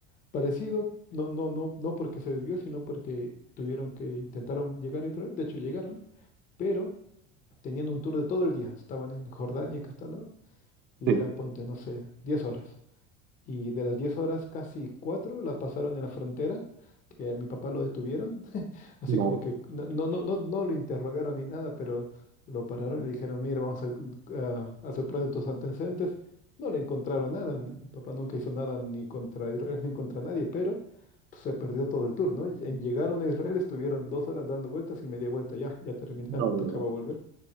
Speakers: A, on the left (about 25°); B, on the right (about 35°).
A: Parecido, no, no, no, no porque se debió sino porque tuvieron que intentaron llegar a Israel, de hecho llegaron, pero teniendo un tour de todo el día. Estaban en Jordania, que está al lado, y
B: Sí,
A: era, ponte, no sé, 10 horas. Y de las 10 horas, casi 4 la pasaron en la frontera, que a mi papá lo detuvieron, <laughs> así
B: no,
A: como que no, no, no, no, no lo interrogaron ni nada, pero lo pararon y le dijeron, mira, vamos a hacer, ah, hacer pruebas de tus antecedentes. No le encontraron nada, mi papá nunca hizo nada ni contra Israel ni contra nadie, pero pues, se perdió todo el tour, ¿no? Y- en- Llegaron a Israel, estuvieron dos horas dando vueltas y media vuelta, ya, ya terminaba,
B: no,
A: <laughs> tocaba
B: no,
A: volver.